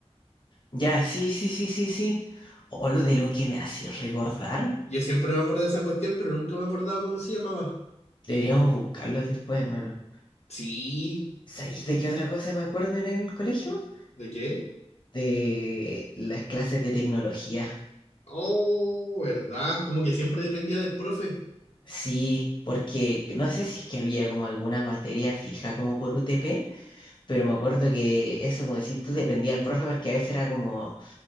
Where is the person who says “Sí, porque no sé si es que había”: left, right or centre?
Left